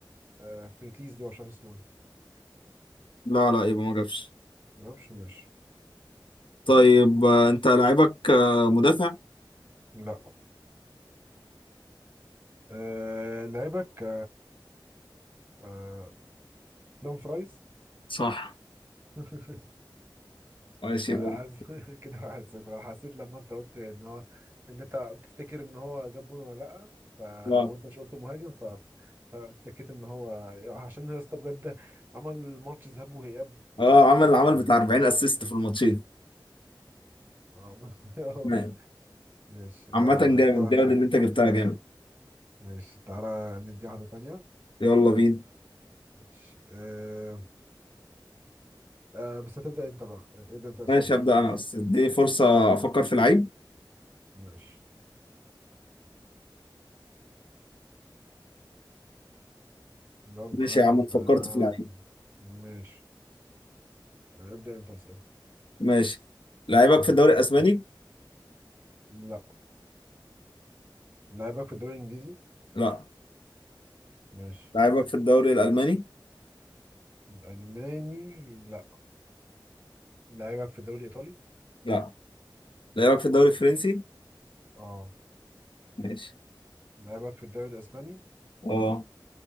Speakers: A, on the right; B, on the left.
A: آه فرتيز ده مش عارف اسمه ايه
B: لا لا يبقى ما جابش
A: ما اعرفش مش
B: طيب آه، انت لعيبك آه مدافع
A: لا آه لعيبك آه دوم فرايز
B: صح
A: <laughs>
B: ماشي يبقى
A: حاسس <laughs> كده واحد صفر انا حسيت لما انت قلت ان هو ان انت بتفتكر ان هو جاب جون ولا لا ف...
B: اه
A: وانت مش قلت مهاجم ف فشكيت ان هو عشان يا اسطى بجد عمل ماتش ذهاب واياب
B: اه
A: كان
B: عمل
A: نيف
B: عمل
A: فشخ
B: بتاع 40 اسيست في الماتشين
A: آه. <laughs>
B: تمام
A: ماشي يلا
B: عامة جامد
A: كده واحد
B: جامد
A: صفر
B: ان انت جبتها جامد
A: ماشي تعالى ندي واحدة تانية
B: يلا بينا
A: ماشي آه... آه بس هتبدأ انت بقى ابدأ انت السؤال
B: ماشي ابدا
A: ماشي
B: انا بس اديني فرصة افكر في لعيب
A: ماشي يلا
B: ماشي
A: ها
B: يا عم أنا فكرت
A: انا
B: في لعيب
A: ماشي آه، ابدأ انت اسأل
B: ماشي لعيبك في الدوري الاسباني
A: لا لعيبك في الدوري الانجليزي
B: لا
A: ماشي
B: لعيبك في الدوري الالماني
A: الالماني لا لعيبك في الدوري الايطالي
B: لا لعيبك في الدوري الفرنسي
A: اه
B: ماشي
A: لعيبك في الدوري الاسباني
B: اه